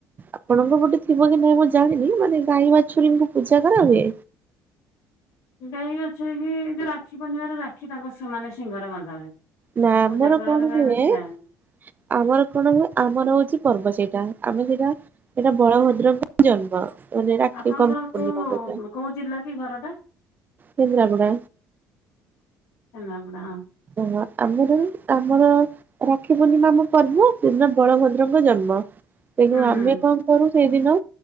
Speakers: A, on the right; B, on the left.
A: ଆପଣଙ୍କ ପଟେ ଥିବ କି ନାଇଁ ମୁଁ ଜାଣିନି ମାନେ ଗାଈ ବାଛୁରୀଙ୍କୁ ପୂଜା କରାହୁୁଏ
B: ଗାଈ ବାଛୁରୀ କି ଯୋଉ ରାକ୍ଷୀ ପୁର୍ଣ୍ଣିମାରେ ରାକ୍ଷୀ ତାଙ୍କ ସେମାନେ ସିଙ୍ଗରେ ବନ୍ଧା ହୁଏ।
A: ନା
B: ଆଉ
A: ଆମର
B: ପୂଜା କରାହୁଏ
A: କଣ
B: ଗାଈ
A: ହୁଏ।
B: ବାଛୁରୀ ଯାଆନ୍ତି।
A: ଆମର କଣ ହୁଏ ଆମର ହଉଛି ପର୍ବ ସେଇଟା ଆମେ ସେଇଟା ସେଇଟା ବଳଭଦ୍ରଙ୍କ ଜନ୍ମ ମାନେ ରାକ୍ଷୀ
B: ଆପଣଙ୍କର
A: ପୂର୍ଣ୍ଣିମା
B: କୋଉ
A: ଯୋଉଟା
B: କୋଉ ଜିଲ୍ଲା କି ଘରଟା?
A: କେନ୍ଦ୍ରାପଡ଼ା
B: କେନ୍ଦ୍ରାପଡ଼ା ହଁ
A: ଓ ହୋ ଆମରି ଆମର ରାକ୍ଷୀ ପୂର୍ଣ୍ଣିମା ଆମ ପର୍ବ ସେଦିନ ବଳଭଦ୍ରଙ୍କ ଜନ୍ମ। ତେଣୁ
B: ହୁଁ ହୁଁ
A: ଆମେ କଣ କରୁ ସେଇଦିନ